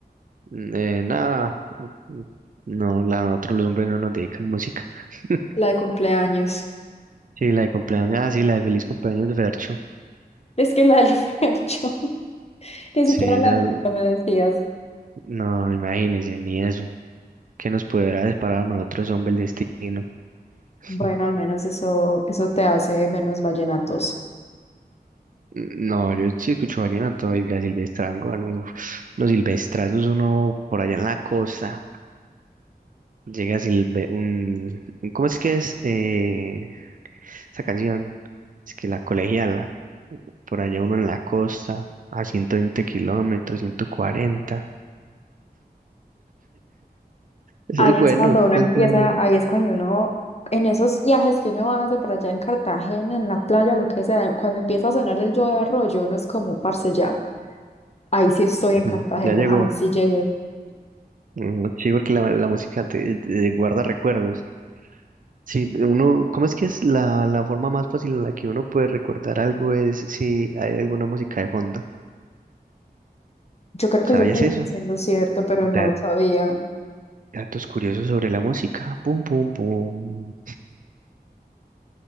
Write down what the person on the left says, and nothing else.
la de cumpleaños.
Es que la del <laughs> Fercho, ni
siquiera
la de que me decías.
Bueno, al menos eso, eso te hace menos vallenatos.
Ahí
es cuando uno
empieza,
ahí es cuando uno, en esos viajes que uno hace por allá en Cartagena, en la playa, lo que sea, cuando empieza a sonar el Yo de Arroyo, uno es como, parce, ya, ahí sí estoy en Cartagena,
ahí sí llegué.
Yo creo que
eso termina
siendo cierto, pero
no lo sabía.